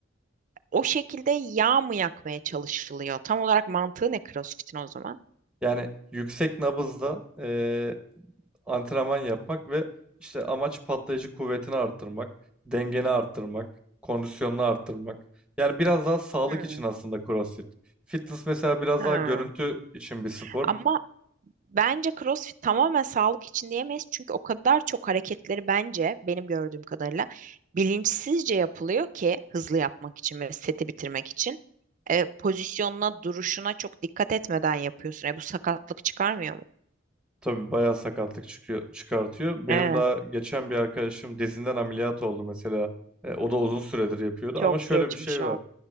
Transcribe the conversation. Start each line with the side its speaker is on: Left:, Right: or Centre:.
Right: O şekilde yağ mı yakmaya çalışılıyor? Tam olarak mantığı ne CrossFit'in o zaman?
Centre: Yani yüksek nabızda eee, antrenman yapmak ve işte amaç patlayıcı kuvvetini arttırmak, dengeni arttırmak, kondisyonunu arttırmak. Yani biraz daha sağlık
Right: Hmm.
Centre: için aslında CrossFit. Fitness mesela biraz
Right: Hmm.
Centre: daha görüntü için bir spor.
Right: Ama Bence CrossFit tamamen sağlık için diyemeyiz. Çünkü o kadar çok hareketleri bence benim gördüğüm kadarıyla bilinçsizce yapılıyor ki hızlı yapmak için ve seti bitirmek için. E, pozisyonuna, duruşuna çok dikkat etmeden yapıyorsun. E, bu sakatlık çıkarmıyor mu?
Centre: Tabii bayağı sakatlık çıkıyor, çıkartıyor. Benim
Right: Evet,
Centre: daha geçen bir arkadaşım dizinden ameliyat oldu mesela. E, o da uzun süredir yapıyordu
Right: çok
Centre: ama şöyle
Right: geçmiş
Centre: bir şey
Right: ol.
Centre: var.